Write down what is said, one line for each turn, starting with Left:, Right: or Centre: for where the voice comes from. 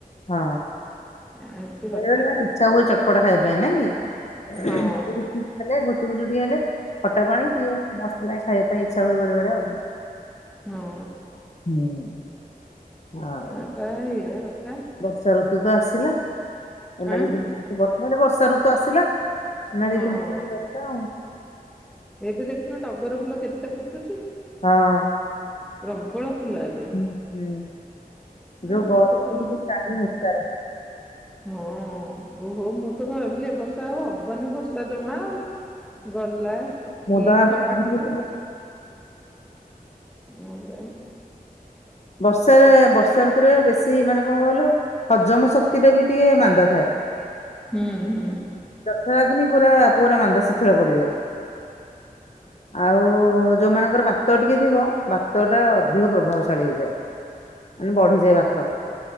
Left: ହଁ
Centre: ଏମିତି କଥା
Left: ବେଳେବେେଳେ ଭାର ଇଚ୍ଛା ହୁଏ ଚଟପଟ ଖାଇବା ପାଇଁ ନ କି?
Centre: ହଁ
Left: <inaudible> ହେଲେ ଗୁଚୁୁଚ ଟିକେ ହେଲେ ଖଟା ପାଣି ଟିକେ ମସ୍ ଲାଗେ ଖାଇବା ପାଇଁ ଇଚଛା ହୁଏ ବେ ବେଳେ ଆଉ
Centre: ହଁ।
Left: ହୁଁ। ଆଉ
Centre: ଆପ ହେଇ କଥା।
Left: ବର୍ଷା ଋତୁ ତ ଆସିଲା ଏ
Centre: ଆଁ
Left: ଦ ବର୍ତ୍ତ ବର୍ଷା ଋତୁ ଆସିଲା। ନଦୀ
Centre: ହଁ
Left: ଦିନ ମାସି ବଛ।
Centre: ଏବେ ଦେଖୁନ ଟଗର ଫୁଲ କେତେ ଫୁଟୁଛି।
Left: ହଁ।
Centre: ପ୍ରବଳ ଫୁଲ ଏବେ
Left: ହୁଁ ହୁଁ। ଯୋଉ
Centre: ଆମର
Left: ଗରମରୁ
Centre: ତ ହୁଁ।
Left: ଟିକେ ତ୍ରାହି ନିସ୍ତାର
Centre: ହଁ ଓହୋ ମୁଁ ତ ଭାବିଲି ଏବ ବର୍ଷା ଆଉ ହବାନି ବର୍ଷା ପସା ଜମା ଆଉ ଗଲା
Left: ମୁଦ
Centre: କି
Left: ଆଉ
Centre: ଖରା
Left: ହୁଁ।
Centre: କଲା ଆଗ୍ର
Left: ବର୍ଷାରେ ବର୍ଷା ଋତୁରେ ବେଶୀ ମାନେ କଣ କହିଲୁ। ହଜମ ଶକ୍ତି ଟା ବି ଟିକେ ମାନ୍ଦା ଥାଏ।
Centre: ହୁଁ ହୁଁ
Left: ଦକ୍ଷ ଲଗ୍ନୀ ପୁରା ପୁରା ମାନ୍ଦା ଶୀଥଳ ପଡିଯାଏ। ଆଉ ଯୋଉମାନଙ୍କର ବାତ ଟିକେ ଥିବ ବା ବାତ ଟା ଅଧିକ ପ୍ରଭାବଶାଳୀ ହେଇଯାଏ ମାନେ ବଢିଯାଏ ବାତ